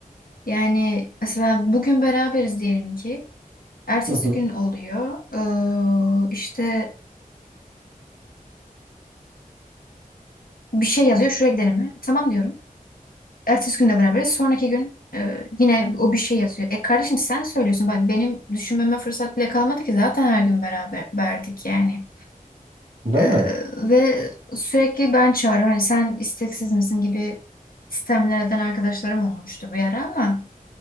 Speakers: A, on the left; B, on the right.
A: yani mesela bugün beraberiz diyelim ki. Ertesi
B: Hı hı.
A: gün oluyor. Ee, işte bir şey yazıyor. Şuraya gidelim mi? Tamam diyorum. Ertesi gün de beraberiz. Sonraki gün e, yine o bir şey yazıyor. E kardeşim sen söylüyorsun. Bak benim düşünmeme fırsat bile kalmadı ki zaten her gün beraber verdik yani.
B: Değil
A: E,
B: mi?
A: ve sürekli ben çağırıyorum. Hani sen isteksiz misin gibi sistemlerden arkadaşlarım olmuştu bir ara ama